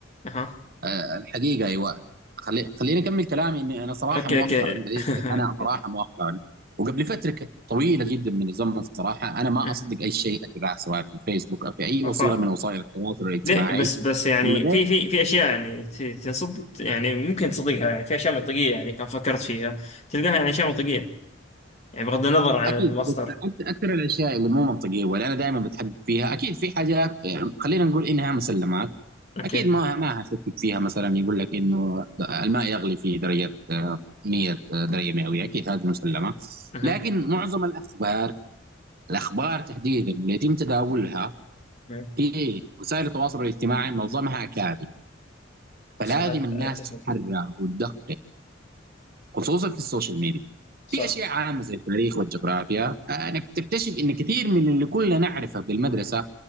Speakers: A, on the left (about 35°); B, on the right (about 50°).
A: أها
B: آه، الحقيقه ايوه خلي خليني اكمل كلامي اني انا صراحه
A: أوكي
B: مؤخرا
A: أوكي
B: بديت- انا
A: <laughs>
B: صراحه مؤخرا وقبل فتره ك- طويله جدا من الزمن صراحه انا ما
A: مم.
B: اصدق اي شيء اتباعه سواء في الفيسبوك او في اي
A: عفوا
B: وسيله من وسائل التواصل الاجتماعي
A: لا بس بس يعني
B: من غير
A: في في في اشياء يعني ت- تنصد يعني ممكن تصدقها يعني في اشياء منطقيه يعني كان فكرت فيها تلقاها يعني اشياء منطقيه يعني بغض النظر عن
B: اكيد
A: المصدر
B: بس أكت- اكثر الاشياء اللي مو منطقيه واللي انا دائما بتحدد فيها اكيد في حاجات آه، خلينا نقول انها مسلمات
A: اوكي
B: اكيد ما ما هشكك فيها مثلا يقول لك انه الماء يغلي في درجه آه، 100 آه، درجه مئويه اكيد هذه مسلمه
A: اها
B: لكن معظم الاخبار الاخبار تحديدا اللي يتم تداولها
A: مم.
B: في وسائل التواصل الاجتماعي معظمها كاذب فلازم
A: صح
B: الناس
A: اتفق
B: تتحرى وتدقق خصوصا في السوشيال ميديا
A: صح
B: في اشياء عامه زي التاريخ والجغرافيا انك تكتشف ان كثير من اللي كلنا نعرفه بالمدرسه